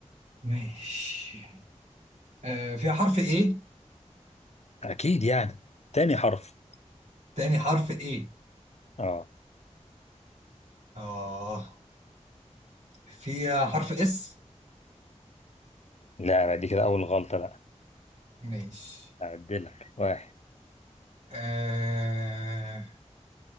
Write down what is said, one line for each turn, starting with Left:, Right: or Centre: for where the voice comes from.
Right: ماشي آه فيها حرف ايه
Left: اكيد يعني تاني حرف
Right: تاني حرف ايه
Left: اه
Right: اه فيها حرف اس
Left: لا بقى دي كده اول غلطة بقى
Right: ماشي
Left: اعدلك واحد
Right: آه